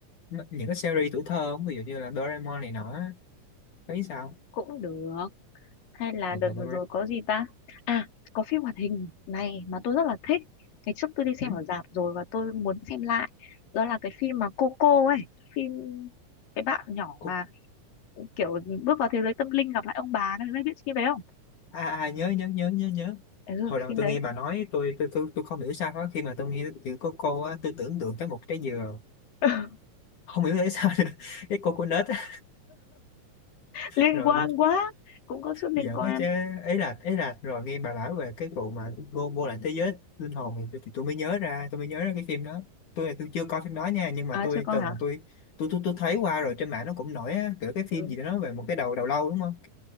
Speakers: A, on the left; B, on the left.
A: N- những cái series tuổi thơ không ví dụ như là Doraemon này nọ á, thấy sao
B: Cũng được. hay là
A: mà,
B: đợt
A: mà Doraemon
B: vừa rồi có gì ta à có phim hoạt hình này mà tôi rất là thích ngày trước tôi đi
A: ừ?
B: xem ở rạp rồi và tôi muốn xem lại đó là cái phim mà Coco ấy phim cái bạn nhỏ
A: Cô-
B: mà kiểu bước vào thế giới tâm linh gặp lại ông bà đấy biết phim đấy không
A: à, à à, nhớ nhớ nhớ nhớ nhớ
B: ừ
A: hồi đầu
B: phim
A: tôi
B: đấy
A: nghe bà nói tôi tôi tôi, tôi không hiểu sao đó. khi mà tôi nghe chữ cô cô á, tôi tưởng tượng tới một trái dừa
B: <laughs>
A: không hiểu tại sao nữa. <laughs> cái cô cô nết á.
B: liên
A: rồi
B: quan quá cũng có chút liên
A: giỡn
B: quan
A: á chứ ấy là ấy là rồi nghe bà nói về cái vụ mà vô vô lại thế giới linh hồn thì, tôi- thì tôi mới nhớ ra tôi mới nhớ ra cái phim đó tôi là tôi chưa coi phim đó nha nhưng mà
B: à
A: tôi
B: chưa có
A: từng
B: hả
A: tôi tôi tôi tôi thấy qua rồi trên mạng nó cũng nổi á, kiểu cái phim
B: ừ.
A: gì đó nói về một cái đầu đầu lâu đúng không